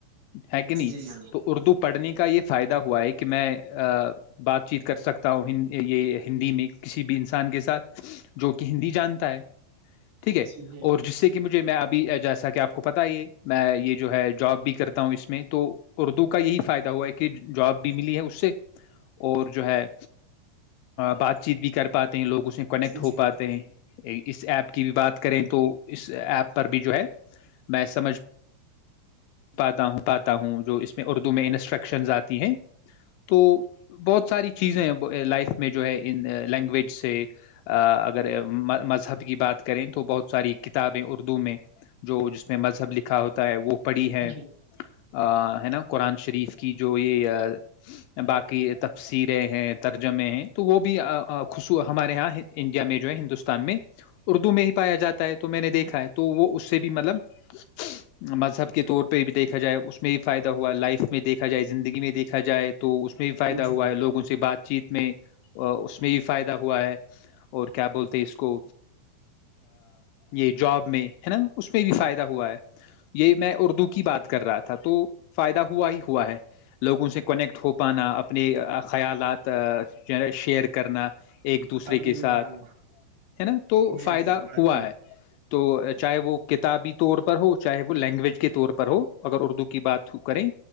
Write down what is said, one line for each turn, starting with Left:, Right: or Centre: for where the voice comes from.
Left: ہے کہ نہیں
Right: جی ہاں
Left: تو اردو پڑھنے کا یہ <inaudible> فائدہ ہوا ہے کہ میں <inaudible> بات چیت کر سکتا ہوں ہ یہ ہندی میں کسی بھی انسان کے ساتھ جو کہ ہندی جانتا ہے ٹھیک ہے
Right: جی
Left: اور جس سے کہ مجھے میں آپ <inaudible> جیسا کہ آپ کو <unintelligible> پت یہ میں یہ جو ہے جاب بھی کرتا ہوں اس میں تو اردو کا یہی فائدہ ہوا ہے کہ جاب بھی ملی ہے اس سے اور جو ہے بات چیت بھی کر پاتے ہیں لوگ اسے کنیکٹ ہو
Right: جی
Left: پاتے ہیں اس ایپ کی بھی بات کریں تو اس ایپ پر بھی جو ہے میں سمجھ پاتا ہوں پاتا ہوں جو اس میں اردو میں انسٹرکشنز آتی ہیں تو بہت ساری چیزیں ا لائف میں جو ہے ان لینگویج سے اگر مذہب کی بات کریں تو بہت ساری کتابیں اردو میں جو جس مذہب لکھا ہوتا ہے وہ پڑھی ہے
Right: جی
Left: ا نیو قرآن شریف کی جو یہ باقی تفصیریں ہیں ترجمے ہیں تو وہ بھی خصو ہمارے یہاں انڈیا میں جو ہے ہندوستان میں اردو میں ہی پایا جاتا ہے تو میں نے دیکھا ہے تو وہ اس سے بھی مطلب مذہب کے طور پہ بھی دیکھا جائے اس میں بھی فائدہ ہوا لائف میں دیکھا جائے زندگی میں دیکھا جائے تو اس میں بھی فائدہ
Right: جی
Left: ہوا ہے لوگ ان سے بات چیت میں اس میں بھی فائدہ ہوا ہے اور کیا بولتے ہیں اس کو یہ جوب اس میں بھی فائدہ ہوا ہے یہ میں اردو کی بات کر رہا تھا تھا تو فائدہ ہوا ہی ہوا ہے لوگوں سے کنیکٹ ہو پانا اپنے خیالات شیئر کرنا ایک دوسرے
Right: اپنے
Left: کے ساتھ
Right: یہاں
Left: ہے نا تو
Right: جی
Left: فائدہ
Right: جی بات
Left: ہوا
Right: چیت
Left: ہے تو چاہے وہ کتابی طور پر ہو چاہے وہ لینگویج کے طور پر ہو اگر اردو کی بات کریں